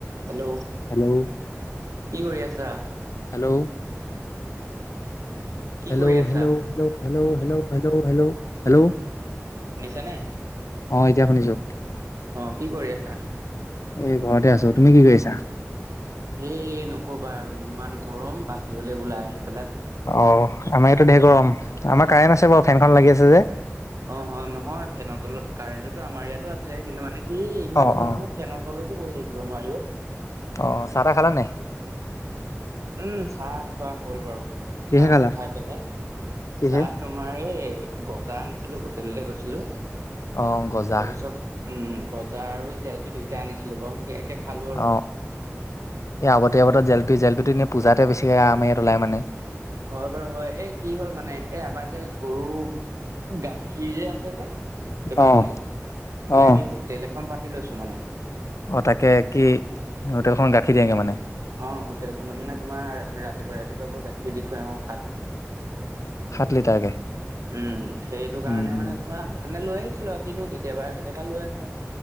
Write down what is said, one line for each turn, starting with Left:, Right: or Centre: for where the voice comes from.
Right: Hello,
Left: hello
Right: কি কৰি আছা?
Left: হেল্ল'
Right: কি
Left: হেল্ল-হেল্ল-হেল্ল-হেল্ল-
Right: কৰি আছা
Left: হেল্ল-হেল্ল-হেল্ল-হেল্ল
Right: শুনিছানে?
Left: অ এতিয়া শুনিছো।
Right: অ কি কৰি আছা?
Left: এ ঘৰতে আছো, তুমি কি কৰিছা?
Right: এ নকবা আৰু ইমান গৰম বাহিৰলৈ ওলাই আহিব
Left: অ আমাৰ এইটো ঢেৰ গৰম আমাৰ কাৰেণ্ট আছে বাৰু ফেনখন লাগি আছে যে।
Right: অ-অ নহয় ফেন তলত কাৰেণ্টটোতো আমাৰ ইয়াতো আছে কিন্তু মানে- কি ইমান
Left: অ
Right: গৰমত
Left: অ
Right: ফেনৰ তলতো বহি থাকিব নোৱাৰি অহ।
Left: অহ চাহ টা খালা নাই?
Right: উম চাহ খোৱা হ'ল বাৰু।
Left: কিহে
Right: চাহ
Left: খালা
Right: টো খাই পেলাই,
Left: কিহে?
Right: চাহ তোমাৰ এই গজা আনিছিলো হোটেললে গৈছিলো।
Left: অহ গজা।
Right: তাৰপিছত উম গজা আৰু জেলেপি দুই য়া আনিছিলো বাৰু সেয়াকে খালো আৰু।
Left: অ এই আগতীয়া বতৰত জেলপি জেলপিটো এনেই পূজাতে বেছি হয়, আম ইয়াত ওলাই মানে।
Right: হয় বাৰু হয়, এই কি হ'ল মানে এ আমাৰ যে গৰু গাখীৰ যে আছে যে কেইবাজনীও
Left: অ
Right: মানে
Left: অ
Right: আমি হোটেল এখন পাতি লৈছো মানে।
Left: অ তাকে কি হোটেলখন গাখীৰ দিয়েগে মানে?
Right: অ হোটেল খত মানে তোমাৰ ৰাতিপুৱা ৰাতিপুৱা গৈ গাখীৰ দি থৈ আহোঁ।
Left: সাত লিটাৰকে।
Right: উম সেইটো কাৰণে
Left: উম উম
Right: মানে তোমাৰ আহোঁতেনে লৈ আহিছিলো আৰু কিনো কেতিয়াবা কেতিয়াবা লৈ আহো।